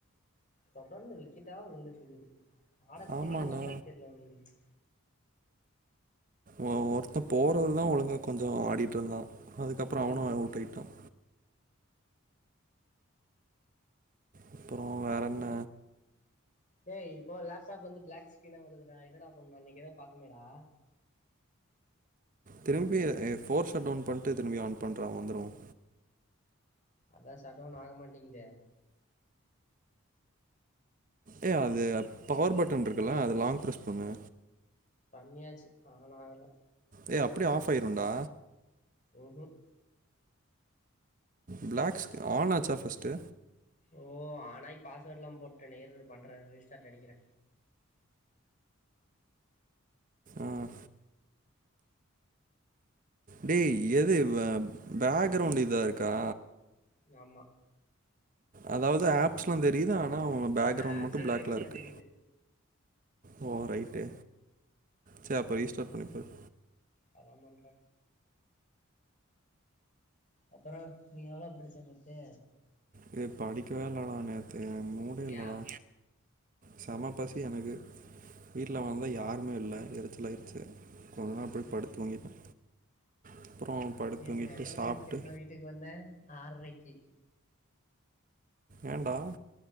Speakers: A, on the left; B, on the right.
A: தொடர்ந்து விக்கெட்டா விழுந்துட்டு இருக்குது ஆட
B: ஆமாண்டா
A: தெரியுமான் தான் தெரியில அவனுங்களுக்கு
B: ஒ ஒருத்தன் போறது தான் ஒழுங்கா கொஞ்சோ ஆடிட்டு இருந்தான் அதுக்கப்புறோ
A: ம்
B: அவனும்
A: ம்
B: அவுட் ஆயிட்டான் அப்புறோ வேற என்ன
A: ஏ இப்போ லேப்டாப் வந்து பிளாக் ஸ்கிரீனா வருதுடா என்னடா பண்ணோ அன்னைக்கு ஏதோ பாத்தமேடா
B: திரும்பி ஏ ஃபோர் ஷட் அவுன் பண்ணிட்டு திரும்பி ஆன் பண்ற வந்துரும்
A: அதான் ஷட் அவுன் ஆகமாட்டேங்கதே
B: ஏ அது பவர் பட்டன் இருக் க்குல்ல அது லாங் பிரஸ் பண்ணு
A: பண்ணியாச்சு ஆன ஆகல
B: ஏய் அப்படி ஆஃப் ஆயிரும்டா
A: ஊ ஹம்
B: பிளாக் ஆன் ஆச்சா ஃபர்ஸ்ட்டு
A: ஓ ஆனாய் பாஸ்வேர்ட் எல்லா போட்டனே இருயிரு பண்றேன் ரீஸ்டார்ட் அடிக்கிறே
B: ஆஹ் டே எது பேக் ரவுண்ட் இதா இருக்கா
A: ஆமா
B: அதாவது ஆப்ஸ்லா தெரியுது ஆன ஆனால் பேக்
A: ஆஹ
B: ரவுண்ட்
A: ஆப்ஸே
B: மட்டும் பிளாக்ல
A: தெரிய
B: இருக்கு
A: மாட்டேங்குது
B: ஓ ரைட்டு சே அப்ப ரிஸ்டார்ட் பண்ணிப்பாரு
A: அத பண்ற அப்புறம் நீ எவ்ளோ படிச்ச நேத்து
B: இது படிக்கவே இல்லடா எனக்கு மூடே இல்லடா
A: ஏன்
B: செம பசி எனக்கு வீட்ல வந்த யாருமே இல்லை எரிச்சலாயிருச்சு கொஞ்ச நேரோ
A: உம்
B: அப்டியே
A: உம்
B: படுத்து தூங்கிட்டே அப்றோ படுத்து
A: நீ
B: தூங்கிட்டு
A: எத்தனை எத்தனை
B: சாப்ட்டு
A: மணிக்கு தெரியுமா வீட்டுக்கு வந்தேன் ஆறரைக்கு
B: ஏன்டா